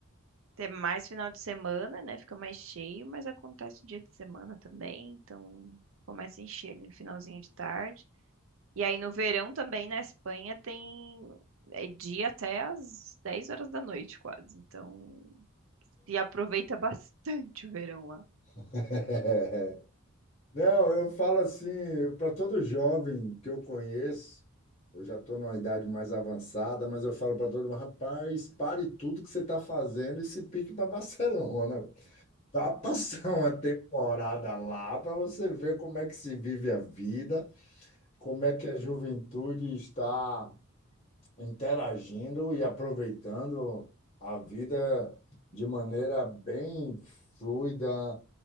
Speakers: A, on the right; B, on the left.
A: ter mais final de semana, né? Fica mais cheio, mas acontece dia de semana também, então começa a encher ali no finalzinho de tarde. E aí no verão também na Espanha tem é dia até às 10 horas da noite quase. Então se aproveita <laughs> bastante o verão lá.
B: <laughs> Não, eu falo assim, para todo jovem que eu conheço, eu já estou numa idade mais avançada, mas eu falo para todo mundo, rapaz, pare tudo que você está fazendo e se pique para Barcelona. Vá passar uma temporada lá para você ver como é que se vive a vida, como é que a juventude está interagindo e aproveitando a vida de maneira bem fluida.